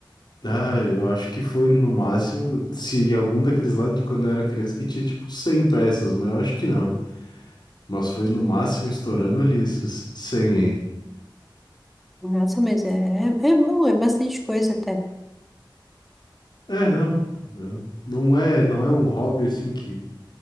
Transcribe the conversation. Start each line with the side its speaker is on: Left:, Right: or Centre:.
Left: Ah, eu acho que foi no máximo, se algum daqueles lá de quando eu era criança que tinha tipo 100 peças, mas eu acho que não. Mas foi no máximo estourando ali esses 100 aí.
Centre: Nossa, mas é, é, é bom, é bastante coisa até.
Left: É, não. Não não é, não é um hobby assim que